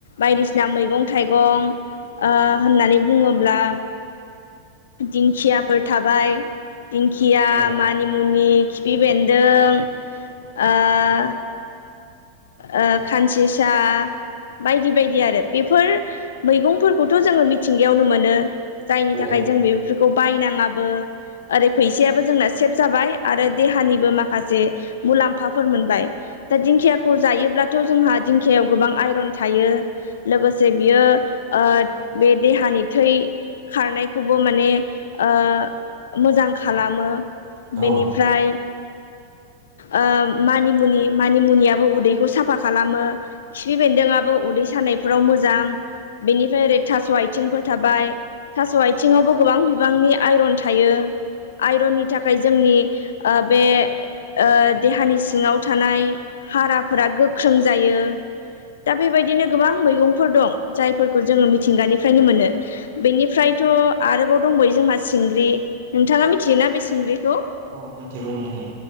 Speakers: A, on the left; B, on the right.
A: बायदिसिना मैगं थाइगं ओ होननानै बुङोब्ला दिंखियाफोर थाबाय दिंखिया
B: औ
A: मानिमुनि खिफि बेन्दों ओ ओ खानसिसा बायदि बायदि आरो बेफोर मैगंफोरखौथ' जोङो मिथिंगायावनो मोनो जायनि
B: नंगौ
A: थाखाय
B: औ
A: जों बेफोरखौ बायनां ङाबो ओरै फैसायाबो जोंना सेब जाबाय आरो देहानिबो
B: औ
A: माखासे मुलाम्फाफोर मोनबाय दा दिंखिया जायोब्लाथ' जोंहा दिंखायाव गोबां आइरन थायो लोगोसे बियो ओ बे देहानि थै खारनायखौबो माने ओ मोजां खालामो
B: औ
A: बेनिफ्राय ओ मानिमुनि मानिमुनियाबो उदैखौ साफा खालामो। खिफि बेन्दोंआबो उदै सानायफोराव मोजां बेनिफ्राय ओरै थास' आइथिंफोर थाबाय। थास' आइथिङावबो गोबां बिबांनि आइरन थायो आइरननि थाखाय जोंनि ओ बे ओ देहानि सिङाव थानाय हाराफोरा गोख्रों जायो। दा बेबायदिनो गोबां मैगंफोर दं जायफोरखौ जोङो मिथिंगानिफ्रायनो मोनो। बेनिफ्रायथ' आरोबाव दंबयो जोंहा सिंग्रि नोंथाङा मिथियोना बे सिंग्रिखौ?
B: औ मिथिगौ नोंथां